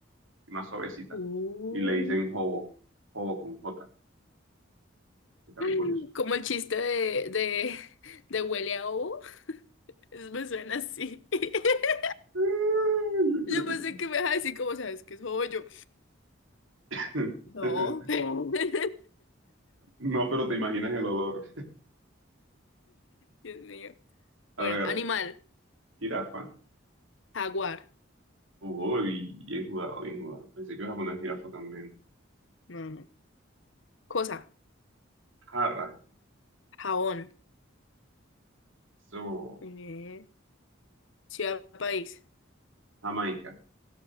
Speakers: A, on the right; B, on the left.
A: y más suavecita.
B: Uh.
A: Y le dicen hobo, hobo con J, que está
B: <laughs>
A: bien curioso.
B: Como el chiste de, de, de huele a ovo. <laughs> Eso me suena así. <laughs>
A: <laughs> Yo
B: Yo
A: creo
B: pensé que me ibas a decir, como sabes que es jobo? Yo,
A: que-
B: no. <laughs>
A: <laughs> No, pero te imaginas el olor.
B: Dios mío.
A: A
B: Bueno,
A: ver,
B: animal,
A: jirafa.
B: jaguar.
A: Uy, bien jugado, bien jugado. Pensé que ibas a poner jirafa también.
B: No, no. Cosa.
A: Jarra,
B: Jabón.
A: eso,
B: Eh, ciudad, país.
A: Jamaica.